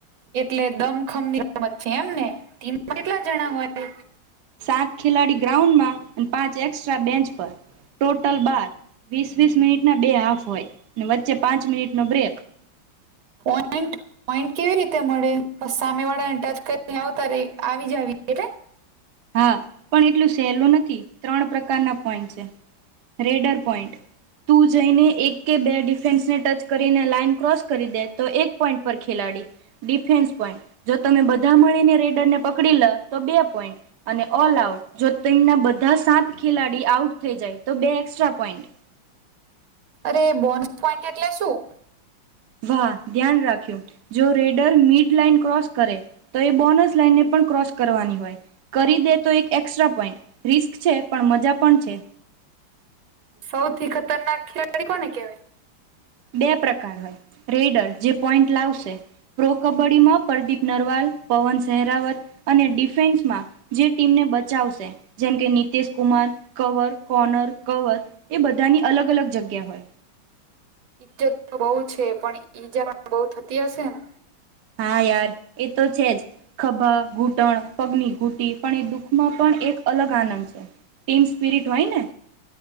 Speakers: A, on the right (about 85°); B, on the right (about 60°).
A: એટલે દમખમ ની રમત છે એમને ટિમમા કેટલા જણા હોય?
B: સાત ખેલાડી ગ્રાઉન્ડ માં અને પાંચ એકક્સ્ટ્રા બેન્ચ પર. ટોટલ બાર વીસ વીસ મિનિટના બે હાફ હોય વચ્ચે પાંચ મિનિટનો બ્રેક. <inaudible>
A: પોઈન્ટ પોઈન્ટ કેવી રીતે મળે બસ સામે વાળા ટચ કરીને આવતા ર આવી જ આવી એટલે.
B: હા પણ એટલું સહેલું નથી ત્રણ પ્રકારના પોઈન્ટ છે રેડર પોઈન્ટ. તું જઈને એક કે બે ડિફેન્સને ટચ કરીને લાાઈન ક્રોસ કરી દે તો એક પોઈન્ટ પર ખેલાડી. ડિફેન્સ પોઈન્ટ જો તમે બધા મળીને રેડર ને પકડી લ. તો બે પોઈન્ટ અને ઓલ આઉટ જો તમના બધા સાત ખેલાડી આઉટ થઈ જાય. તો બે એક્સ્ટ્રા પોઈન્ટ.
A: અરે બોનસ પોઈન્ટ એટલે શું?
B: વાહ ધ્યાન રાખ્યું જો રેડર મિડ લાઈન ક્રોસ કરે. તો એ બોનસ લાઇન ને ક્રોસ કરવાની હોય. કરી દે તો એક એસ્ટ્રા પોઈન્ટ રિસ્ક છે પણ મજા પણ છે.
A: સૌથી ખતરનાક ખેલાડી કોને કહેવાય?
B: બે પ્રકાર હોય રેડર જે પોઈન્ટ લાવશે. પ્રો કબડ્ડી માં પરદીપ નરવાલ, પવન સેહરાવત અને ડિફેન્સમાં જે ટીમને બચાવશે જેમ કે Nitesh Kumar cover corner cover એ બધાની અલગ અલગ જગ્યા હોય.
A: ઈજ્જત તો બઉ છે પણ ઈજા પણ બઉ થતી હશે ને.
B: હા યાર એ તો છે જ ખભા ઘૂંટણ, પગની ઘૂટી પણ એ દુઃખમાં પણ એક અલગ આનંદ છે ટીમ સ્પિરિટ હોય ને,